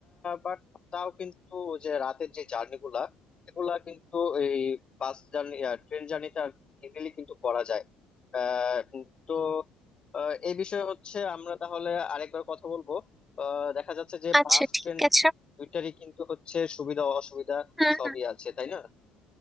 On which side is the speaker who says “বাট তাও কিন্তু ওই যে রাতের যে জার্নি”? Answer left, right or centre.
Left